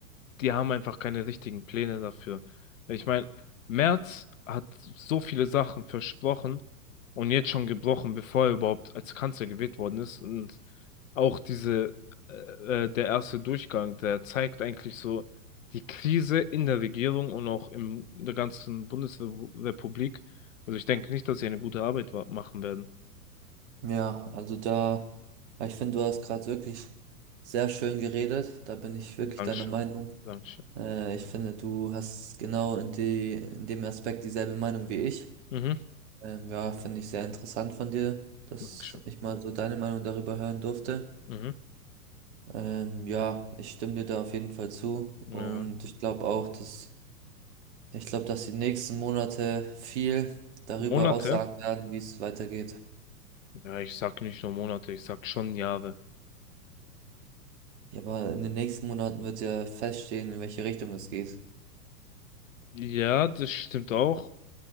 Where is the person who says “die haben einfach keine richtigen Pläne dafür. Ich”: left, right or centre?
Left